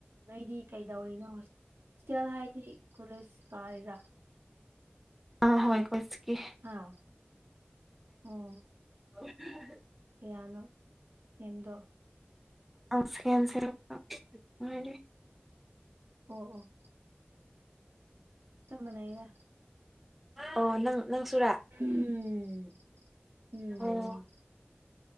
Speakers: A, on the right; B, in the centre.
A: ꯅꯣꯏꯗꯤ ꯀꯩꯗꯧꯔꯤꯅꯣ ꯍꯣꯁꯇꯦꯜ ꯍꯥꯏꯗꯤ ꯀꯣꯂꯦꯖ ꯀꯥꯔꯤꯔꯥ
B: ꯑ ꯍꯣꯢ ꯀꯣꯁꯀꯤ
A: ꯍꯥꯥ ꯑꯣ
B: <inaudible>
A: ꯀꯌꯥꯅꯣ ꯁꯦꯝꯗꯣ
B: ꯑ ꯁꯦꯝꯁꯦ ꯂꯨꯄ ꯃꯔꯤ
A: ꯑꯣ ꯑꯣ ꯆꯞ ꯃꯥꯅꯩꯗ
B: ꯑꯣ ꯅꯪ ꯅꯪ ꯁꯨꯔꯥ
A: ꯎꯝ ꯎꯝ
B: ꯑꯣ